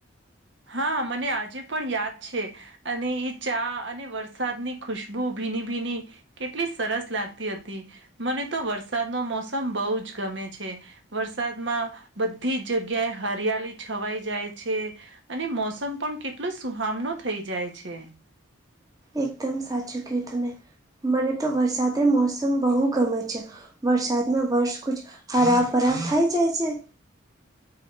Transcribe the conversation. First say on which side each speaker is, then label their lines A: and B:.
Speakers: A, on the right; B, on the right.
A: હા મને આજે પણ યાદ છે. અને એ ચા અને વરસાદની ખુશબુ ભીની ભીની. કેટલી સરસ લાગતી હતી મને તો વરસાદ નો મોસમ બહુ જ ગમે છે. વરસાદમાં બધી જગ્યાએ હરિયાલી છવાઈ જાય છે. અને મોસમ પણ કેટલો સુહામનો થઈ જાય છે.
B: એકદમ સાચું કયું તમેં મને તો વરસાદ મોસમ બહુ ગમે છે. વરસાદમાં વર્ષ કુજ હરાબ પરાબ થઇ જાય છે.